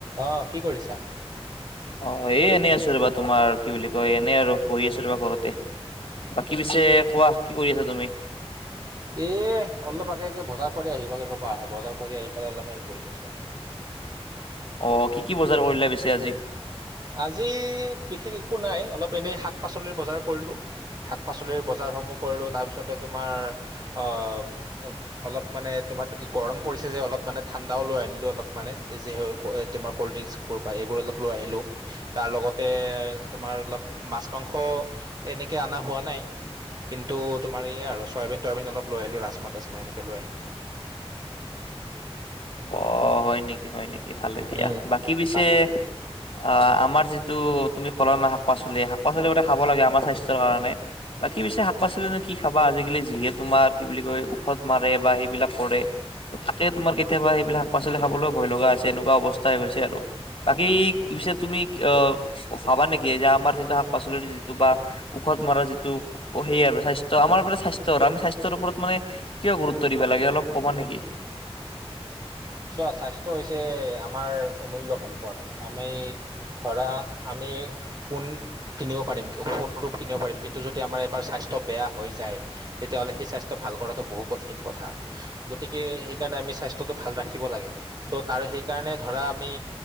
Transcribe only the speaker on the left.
অঁ, এ এনেই আছো ৰবা তোমাৰ কি বুলি কয় এনেই আৰু বহি আছো ৰবা ঘৰতে। বাকী পিছে কোৱা কি কৰি আছা তুমি?
অ কি কি বজাৰ কৰিলে পিছে আজি?
অ হয় নেকি হয় নেকি ভালে দিয়া,
বাকী পিছে আহ আমাৰ যিটো তুমি কলা ন শাক পাচলি, শাক পাচলি বোৰ তে খাব লাগে আমাৰ স্বাস্থ্যৰ কাৰণে। বাকী পিছে শাক পাচলিনো কি খাবা, আজিকালি যিহে তোমাৰ কি বুলি কয় ওষধ মাৰে বা সেইবিলাক কৰে। ত তাকে তোমাৰ কেতিয়াবা সেইবিলাক শাক পাচলি খাবলৈও ভয় লগা হৈছে এনেকুৱা অৱস্থা হৈ গৈছে আৰু। বাকী কি পিছে তুমি অহ ভাবা নেকি যে আমাৰ যিটো শাক পাচলিৰ যিটো বা ঔষধ মৰা যিটো সেই আৰু স্বাস্থ্য আমাৰ মানে স্বাস্থ্যৰ আমি স্বাস্থ্যৰ ওপৰত মানে কিয় গুৰুত্ব দিব লাগে অলপ কবা নেকি?